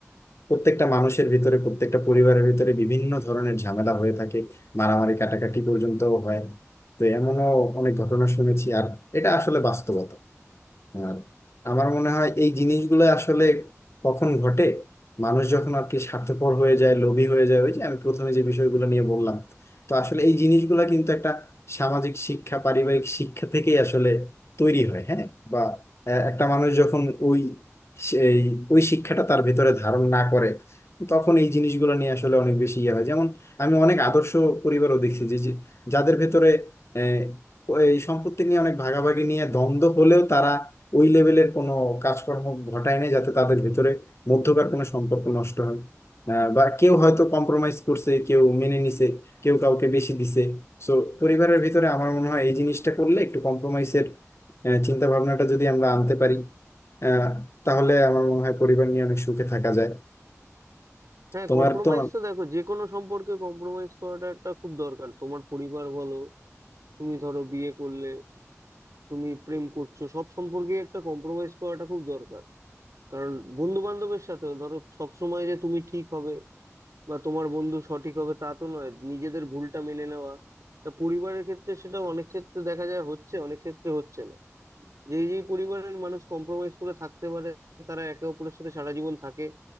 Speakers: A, on the left (about 55°); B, on the right (about 85°).
A: প্রত্যেকটা মানুষের ভিতরে প্রত্যেকটা পরিবারের ভিতরে বিভিন্ন ধরনের ঝামেলা হয়ে থাকে মারামারি কাটাকাটি পর্যন্তও হয় তো এমনও অনেক ঘটনা শুনেছি আর এটা আসলে বাস্তবতা আর আমার মনে হয় এই জিনিসগুলো আসলে কখন ঘটে মানুষ যখন আর কি স্বার্থপর হয়ে যায় লোভী হয়ে যায় ওই যে আমি প্রথমে যে বিষয়গুলো নিয়ে বললাম তো আসলে এই জিনিসগুলো কিন্তু একটা সামাজিক শিক্ষা পারিবারিক শিক্ষা থেকেই আসলে তৈরি হয় হ্যাঁ বা আহ, একটা মানুষ যখন ওই সেই ওই শিক্ষাটা তার ভেতরে ধারণ না করে তখন এই জিনিসগুলো নিয়ে আসলে অনেক বেশি ইয়ে হয় যেমন আমি অনেক আদর্শ পরিবারও দেখছি যে যে- যাদের ভেতরে আহ, এই সম্পত্তি নিয়ে অনেক ভাগাভাগি নিয়ে দ্বন্দ্ব হলেও তারা ওই লেভেলের কোনো কাজকর্ম ঘটায় না যাতে তাদের ভিতরে মধ্যকার কোনো সম্পর্ক নষ্ট হয় আহ, বা কেউ হয়তো কম্প্রোমাইজ করছে কেউ মেনে নিছে কেউ কাউকে বেশি দিছে সো পরিবারের ভিতরে আমার মনে হয় এই জিনিসটা করলে একটু কম্প্রোমাইজের চিন্তা ভাবনাটা যদি আমরা আনতে পারি আহ, তাহলে আমার মনে হয় পরিবার নিয়ে অনেক সুখে থাকা যায়
B: হ্যাঁ
A: তোমার
B: কম্প্রোমাইজ
A: তো
B: তো দেখো যে কোনো সম্পর্কে কম্প্রোমাইজ করাটা একটা খুব দরকার তোমার পরিবার বলো তুমি ধরো বিয়ে করলে তুমি প্রেম করছো সব সম্পর্কেই একটা কম্প্রোমাইজ করাটা খুব দরকার কারণ বন্ধু বান্ধবের সাথেও ধরো সব সময় যে তুমি ঠিক হবে বা তোমার বন্ধু সঠিক হবে তা তো নয় নিজেদের ভুলটা মেনে নেওয়া তা পরিবারের ক্ষেত্রে সেটা অনেক ক্ষেত্রে দেখা যায় হচ্ছে অনেক ক্ষেত্রে হচ্ছে না যেই যেই পরিবারের মানুষ কম্প্রোমাইজ করে থাকতে পারে তারা একে অপরের সাথে সারা জীবন থাকে